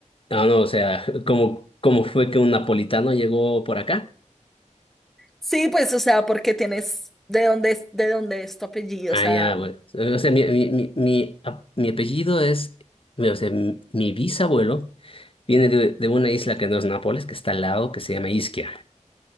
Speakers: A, on the left (about 45°); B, in the centre.
A: ah, no, o sea, <laughs> ¿cómo, cómo fue que un napolitano llegó por acá?
B: Sí, pues, o sea, porque tienes de dónde es, de dónde es tu apellido,
A: Ah,
B: o sea,
A: ya, bueno, o sea, mi, mi, mi, mi ap- mi apellido es, mi- o sea, mi, mi bisabuelo viene de, de una isla que no es Nápoles, que está al lado, que se llama Isquia,